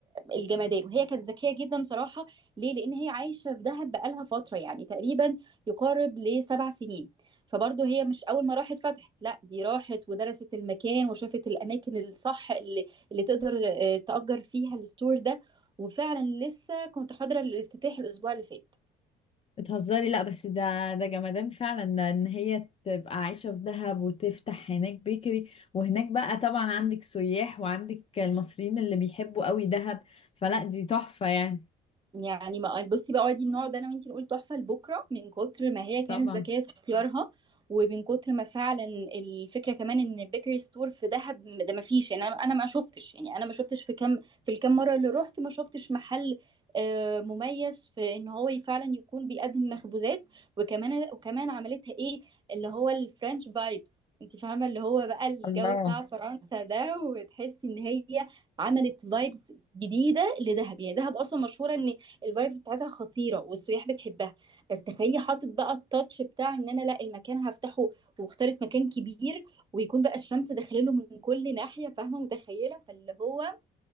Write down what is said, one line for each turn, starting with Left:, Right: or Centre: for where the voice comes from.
Right: الجمدان وهي كانت ذكية جدا صراحة ليه؟ لأن هي عايشة في دهب بقالها فترة يعني تقريبا يقارب لسبع سنين فبرضه هي مش أول ما راحت فتحت لا دي راحت ودرست المكان وشافت الأماكن الصح اللي, اللي تقدر آه، تأجر فيها الستور ده وفعلا لسه كنت حاضرة الافتتاح الأسبوع اللي فات
Left: بتهزري لا بس ده ده جمدان فعلا ان هي تبقى عايشة في دهب وتفتح هناك بيكري وهناك بقى طبعا عندك سياح وعندك المصريين اللي بيحبوا قوي دهب فلا دي تحفة يعني
Right: يعني ما بصي بقى دي النوع ده انا وانتي نقول تحفه لبكره من كتر ما هي كانت
Left: طبعا
Right: ذكيه في اختيارها ومن كتر ما فعلا الفكره كمان ان البيكري ستور في دهب ده ما فيش يعني انا انا ما شفتش يعني انا ما شفتش في كم في الكام مره اللي رحت ما شفتش محل آه، مميز في ان هو فعلا يكون بيقدم مخبوزات وكمان وكمان عملتها ايه اللي هو الفرنش فايبس انت فاهمه اللي هو بقى الجو
Left: الله
Right: بتاع فرنسا ده وتحسي ان هي عملت فايبس جديده لدهب يعني دهب اصلا مشهوره ان الفايبس بتاعتها خطيره والسياح بتحبها بس تخيلي حاطط بقى التاتش بتاع ان انا لا المكان هفتحه واختارت مكان كبير ويكون بقى الشمس داخله من كل ناحيه فاهمه متخيله فاللي هو